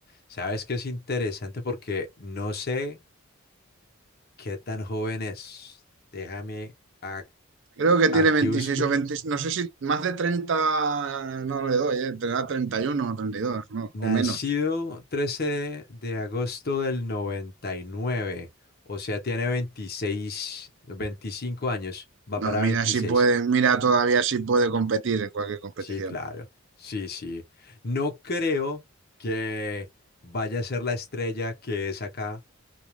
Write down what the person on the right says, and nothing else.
Creo que
tiene 26
o veinte no sé si más de 30 no le doy, eh, tendrá 31 o 32, ¿no?
o menos.
No, mira
si puede, mira todavía si puede competir en cualquier competición.